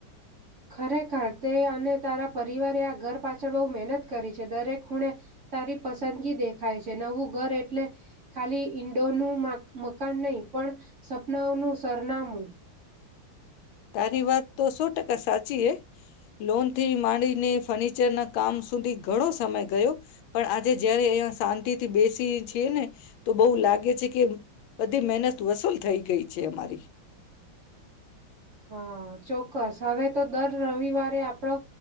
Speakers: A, on the right; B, on the left.
A: ખરેખર તે અને તારા પરિવારે આ ઘર પાછળ બહુ મહેનત કરી છે દરેક ખૂણે તારી પસંદગી દેખાય છે નવું ઘર એટલે ખાલી ઈંડોનું મકાન નહીં પણ સપનાઓનું સરનામું.
B: તારી વાત તો સો ટકા સાચી એ લોન થી માંડીને ફર્નિચરના કામ સુધી ઘણો સમય ગયો પણ આજે જયારે અહીયા શાંતિ થી બેસી છી ને તો બહુ લાગે છે કે બધી મહેનત વસૂલ થઈ ગઈ છે અમારી.
A: હા ચોક્કસ હવે તો દર રવિવાર. તે આપણો